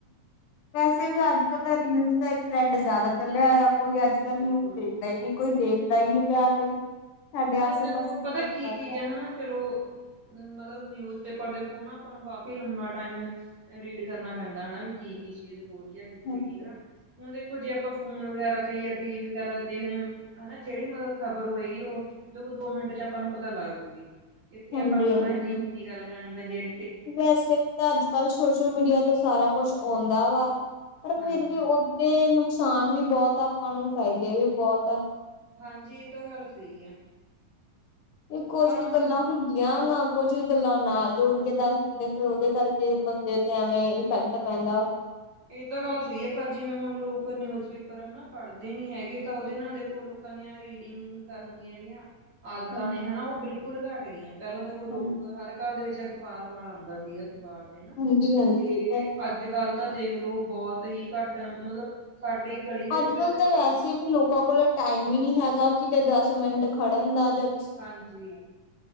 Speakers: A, on the left; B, on the right.
A: ਵੈਸੇ ਵੀ ਅੱਜ-ਕੱਲ ਤਾਂ ਰੀਲਜ਼ ਦਾ ਟਰੈਡ ਜਿਆਦਾ ਚੱਲਿਆ ਹੋਇਆ। ਕੋਈ ਅੱਜ-ਕੱਲ
B: ਬਿਲਕੁਲ
A: ਨਿਊਜ਼ ਦੇਖਦਾ ਹੀ ਨਹੀਂ, ਕੋਈ ਦੇਖਦਾ ਹੀ ਨਹੀਂ ਪਿਆ, ਕੋਈ ਸਾਡੇ
B: ਮਤਲਬ
A: ਆਸੇ
B: ਦੇਖੋ,
A: ਪਾਸੇ
B: ਪਤਾ
A: ਹੁੰਦਾ
B: ਕੀ ਚੀਜ਼
A: ਪਿਆ
B: ਹੈ ਹਣਾ, ਚਲੋ ਮਤਲਬ, ਨਿਊਜ਼ ਪੇਪਰ ਦੇਖੋ ਹਣਾ, ਆਪਾਂ ਨੂੰ ਕਾਫੀ ਲੰਬਾ ਟਾਈਮ ਰੀਡ ਕਰਨਾ ਪੈਂਦਾ ਹਨਾ ਵੀ, ਕੀ-ਕੀ ਚੀਜ਼ ਹੋ ਰਹੀ ਆ, ਕਿੱਥੇ
A: ਹਾਂਜੀ
B: ਕੀ ਹਣਾ ਹੁਣ ਦੇਖੋ ਜੇ ਆਪਾਂ ਫੋਨ ਵਗੈਰਾ ਤੇ, ਜਾਂ ਟੀਵੀ ਵਗੈਰਾ ਤੇ ਦੇਖਦੇ ਹਾਂ ਹਣਾ, ਜਿਹੜੀ ਮਤਲਬ ਖਬਰ ਹੋਏਗੀ, ਉਹ ਦੇਖੋ, ਦੋ-ਮਿੰਟ'ਚ ਆਪਾਂ ਨੂੰ ਪਤਾ ਲੱਗ ਜੁਗੀ, ਕਿੱਥੇ
A: ਹਾਂਜੀ
B: ਆਪਾਂ ਨੂੰ ਮਤਲਬ
A: ਹਾਂਜੀ
B: ਇੰਨੀ ਨੀਂਗਾ ਲਗਾਣੀ ਪੈਂਦੀ ਹੈ ਐ
A: ਵੈਸੇ ਵੀ ਤਾਂ, ਅੱਜ-ਕੱਲ ਸੋਸ਼ਲ ਮੀਡੀਆ ਤੇ ਸਾਰਾ ਕੁਛ ਆਉਂਦਾ ਵਾ, ਪਰ
B: ਹਾਂਜੀ
A: ਫਿਰ ਵੀ
B: ਹਾਂ
A: ਉਹ ਤੇ ਨੁਕਸਾਨ ਵੀ ਬਹੁਤ ਆ, ਆਪਾਂ ਨੂੰ ਫਾਇਦੇ ਵੀ ਬਹੁਤ ਆ।
B: ਹਾਂਜੀ, ਇਹ ਤਾਂ ਗੱਲ ਸਹੀ ਆ।
A: ਇਹ ਕੁਝ
B: ਪਰ
A: ਕੁ
B: ਹੁਣ
A: ਗੱਲਾਂ, ਹੁੰਦੀਆਂ ਗਾ ਕੁੱਝ ਕ ਗੱਲਾਂ ਨਾਲ ਜੋੜਕੇ ਦੱਸ ਦਿੰਦੇ ਫਿਰ ਉਹਦੇ ਕਰਕੇ, ਬੰਦੇ ਤੇ ਐਵੇਂ ਇਫੈਕਟ ਪੈਂਦਾ।
B: ਇਹ ਤਾਂ ਗੱਲ ਸਹੀ ਆ, ਪਰ ਜਿਵੇਂ ਹੁਣ ਲੋਕ ਨਿਊਜ਼ ਪੇਪਰ ਹਨਾ ਪੜ੍ਹਦੇ ਨੀ ਹੈਗੇ, ਤਾਂ ਉਹਦੇ ਨਾਲ ਦੇਖੋ ਲੋਕਾਂ ਦੀਆ ਰੀਡਿੰਗ ਕਰਨ ਦੀਆਂ, ਜਿਹੜੀਆਂ ਆਦਤਾਂ
A: ਹਾਂਜੀ
B: ਨੇ, ਹਨਾ, ਉਹ ਬਿਲਕੁਲ ਘੱਟ ਗਈਆਂ। ਪਹਿਲਾਂ ਦੇਖੋ ਲੋਕ
A: ਹਾਂਜੀ
B: ਹਰ ਘਰ ਦੇ ਵਿੱਚ ਅਖ਼ਬਾਰ ਵਾਲਾ ਆਉਂਦਾ ਸੀ, ਅਖ਼ਬਾਰ ਦੇਣ ਨਾ,
A: ਹਾਂਜੀ ਹਾਂਜੀ
B: ਤੇ
A: ਇਹ ਤਾਂ ਹੈ
B: ਅੱਜ ਅੱਜ-ਕੱਲ ਤਾਂ ਦੇਖਲੋ, ਬਹੁਤ ਹੀ ਘੱਟ ਮਤਲਬ ਸਾਡੀ ਗਲੀ ਦੇ
A: ਅੱਜਕੱਲ
B: ਵਿੱਚ ਸਿਰਫ
A: ਤਾਂ ਵੈਸੇ ਵੀ ਲੋਕਾਂ ਕੋਲ ਟਾਈਮ ਈ ਨੀ ਹੈਗਾ। ਕਿਤੇ ਦਸ ਮਿੰਟ ਖੜਨ ਦਾ ਜਾ
B: ਹਾਂਜੀ।